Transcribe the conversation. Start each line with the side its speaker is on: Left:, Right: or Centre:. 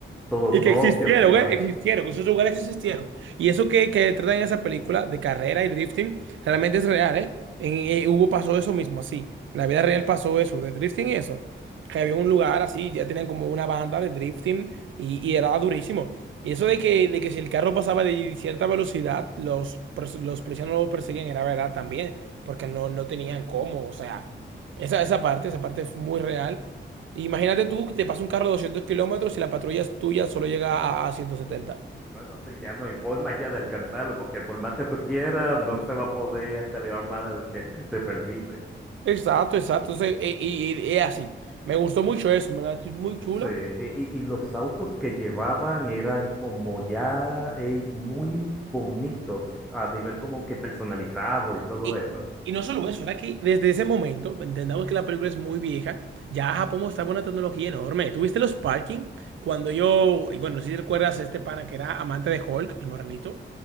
Centre: todo
Right: Y que
Centre: Tokio
Right: existieron,
Centre: como
Right: ¿eh?
Centre: es.
Right: Existieron, esos lugares existieron. Y eso que, que tratan en esa película de carrera y drifting, realmente es real, ¿eh? En- eh, hubo, pasó eso mismo, así. En la vida real pasó eso, de drifting y eso. Que había un lugar así, ya tenían como una banda de drifting y, y era durísimo. Y eso de que, de que si el carro pasaba de cierta velocidad, los, pers- los policías no lo perseguían, era verdad también, porque no, no tenían cómo, o sea, esa, esa parte, esa parte es muy real. Imagínate tú, te pasa un carro de 200 kilómetros y la patrulla es tuya solo llega a, a ciento setenta
Centre: No, no sé, ya no hay forma ya de alcanzarlo, porque por más que tú quieras, no se va a poder acelerar más de lo que te permite.
Right: Exacto, exacto. Entonces, e, y, y- y es así. Me gustó mucho eso, en ¿verdad? Es Muy chula.
Centre: Sí, y, y- y los autos que llevaban eran como ya eh, muy bonitos a nivel como que personalizado y todo
Right: Y,
Centre: eso.
Right: y no solo eso, era que desde ese momento, entendamos que la película es muy vieja, ya Japón mostraba una tecnología enorme. ¿Tuviste los parking? Cuando yo, y bueno, no sé si recuerdas a este pana que era amante de Hulk, el moranito,